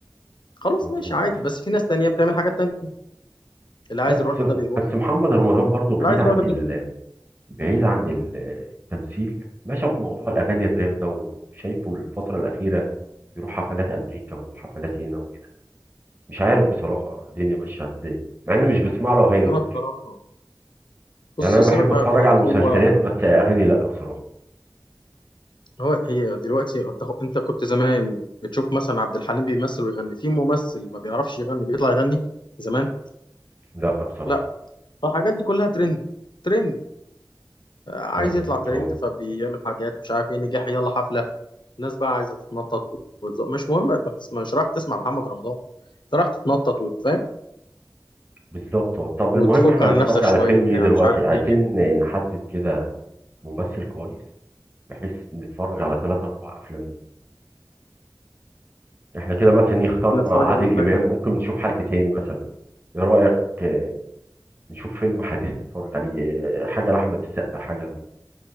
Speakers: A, on the left; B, on the right.
A: خلاص
B: مظبوط
A: ماشي عادي بس في ناس تانية بتعمل حاجات تانية اللي عايز
B: لا بس
A: يروح لده بيروح
B: بس محمد رمضان برضو بعيد
A: واللي عايز
B: عن
A: يروح لده
B: ال...
A: بيروح
B: بعيد عن ال- التمثيل ماشي في موضوع الاغاني الراب ده وشايفه الفتره الاخيره بيروح حفلات امريكا وحفلات هنا وهنا مش عارف بصراحه الدنيا ماشيه ازاي مع اني مش بسمع له اغاني
A: انا بصراحه بص
B: يعني انا
A: سيبك
B: بحب
A: بقى
B: اتفرج
A: يعني
B: على المسلسلات
A: هو
B: بس اغاني لا بصراحه
A: هو هي دلوقتي انت أنت كنت زمان بتشوف مثلا عبد الحليم بيمثل ويغني في ممثل ما بيعرفش يغني بيطلع يغني زمان
B: لا بصراحه
A: لا فالحاجات دي كلها ترند ترند عايز
B: مظبوط
A: يطلع ترند
B: اه
A: فبيعمل حاجات مش عارف ايه نجاح يلا حفله الناس بقى عايزه تتنطط وتزق مش مهم انت بتسمع مش رايح تسمع محمد رمضان انت رايح تتنطط وتفهم
B: بالظبط اه طب
A: وتفك
B: المهم احنا
A: عن
B: هنتفرج
A: نفسك شويه
B: على فيلم ايه
A: بتاع
B: دلوقتي
A: مش عارف
B: عايزين
A: ايه كده
B: نحدد كده ممثل كويس بحيث نتفرج على ثلاث اربع افلام ليه احنا كده مثلا إيه اخترنا
A: احنا نتفرج
B: عادل
A: اول حاجه
B: امام ممكن نشوف حد تاني مثلا ايه رايك آه، نشوف فيلم حديث نتفرج عليه آه، حاجه لاحمد السقا حاجه